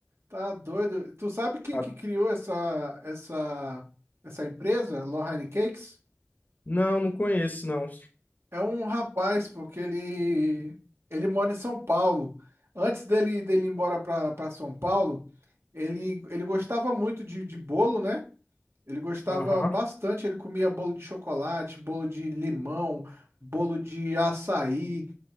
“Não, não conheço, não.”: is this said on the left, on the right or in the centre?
Left